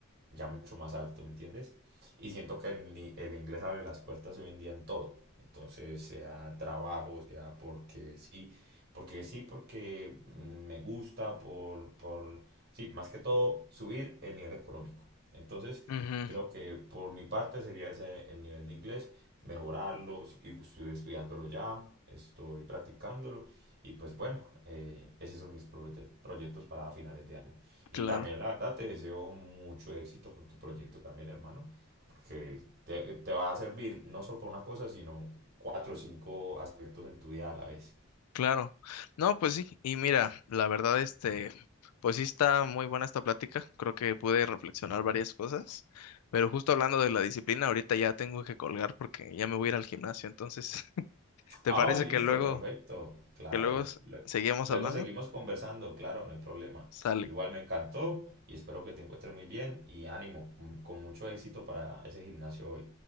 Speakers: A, on the right; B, on the left.
A: ya mucho más alto, ¿me entiendes? Y siento que el, el inglés abre las puertas hoy en día en todo. Entonces, sea trabajo, sea porque sí, porque sí, porque mm, me gusta, por, por, sí, más que todo, subir el nivel económico. Entonces,
B: Ujú,
A: creo que por mi parte sería ese el nivel de inglés, mejorarlo, y estoy estudiándolo ya, estoy practicándolo y pues bueno, eh, esos son mis proye- proyectos para finales de año. Y
B: claro.
A: también la verdad te deseo mucho éxito con tu proyecto también, hermano, porque te, te va a servir no solo para una cosa, sino cuatro o cinco aspectos en tu vida a la vez.
B: Claro. No, pues sí. Y mira, la verdad, este, pues sí está muy buena esta plática. Creo que pude reflexionar varias cosas. Pero justo hablando de la disciplina, ahorita ya tengo que colgar porque ya me voy a ir al gimnasio. Entonces, <laughs> ¿te
A: Ah,
B: parece
A: listo,
B: que luego,
A: perfecto, claro.
B: que luego s-
A: Lue-
B: seguimos
A: Luego
B: hablando?
A: seguimos conversando, claro, no hay problema.
B: Sale.
A: Igual me encantó y espero que te encuentres muy bien y ánimo, con con mucho éxito para ese gimnasio hoy.